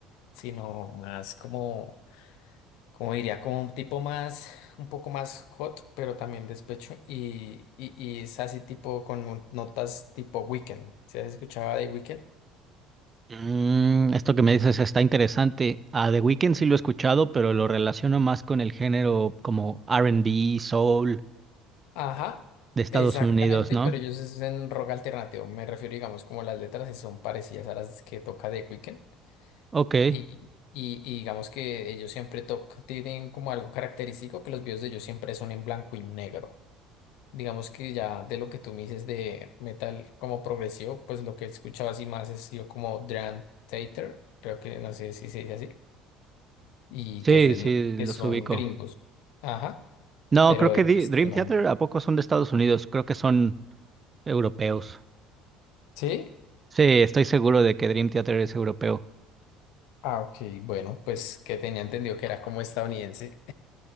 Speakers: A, on the left (about 65°); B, on the right (about 30°).
A: sino más como como diría, como un tipo más, un poco más hot, pero también despecho, y, y, y es así tipo con un- notas tipo Weekend, ¿se has escuchado de Weekend?
B: Mm, esto que me dices está interesante. A The Weeknd sí lo he escuchado, pero lo relaciono más con el género como R&B, soul
A: Ajá,
B: de Estados
A: exactamente,
B: Unidos, ¿no?
A: pero ellos es en rock alternativo, me refiero, digamos, como las letras sí son parecidas a las que toca de Weekend,
B: Ok,
A: y, y, y digamos que ellos siempre toc- tienen como algo característico, que los videos de ellos siempre son en blanco y negro. Digamos que ya de lo que tú me dices de metal como progresivo, pues lo que escuchaba así más es yo como Dream Theater, creo que no sé si se dice así, y
B: sí,
A: que es del,
B: sí,
A: que
B: los
A: son
B: ubico.
A: gringos. Ajá,
B: No,
A: pero
B: creo que
A: de resto
B: Di- Dream
A: no.
B: Theater a poco son de Estados Unidos, creo que son europeos.
A: ¿Sí?
B: Sí, estoy seguro de que Dream Theater es europeo.
A: Ah, ok, bueno, pues que tenía entendido que era como estadounidense.